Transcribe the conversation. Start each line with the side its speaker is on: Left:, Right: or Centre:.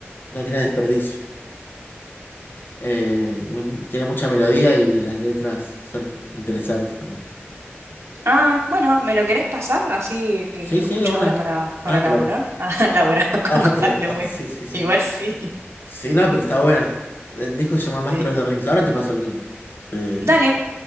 Left: no tiene desperdicio. Eh, y mu- tiene mucha melodía y las letras son interesantes también.
Right: Ah, bueno, ¿me lo querés pasar? Así eh,
Left: Sí,
Right: lo
Left: sí,
Right: escucho
Left: de una.
Right: ahora para,
Left: Ahora
Right: para laburar.
Left: te lo,
Right: <laughs> Ah, laburar
Left: ahora
Right: con
Left: te
Right: Halloween.
Left: lo, <laughs> ah, sí, sí, sí.
Right: Igual sí.
Left: Sí, no, pero está buena. El disco se llama Master
Right: Sí.
Left: of the Rings. Ahora te paso el link. Eh,
Right: Dale.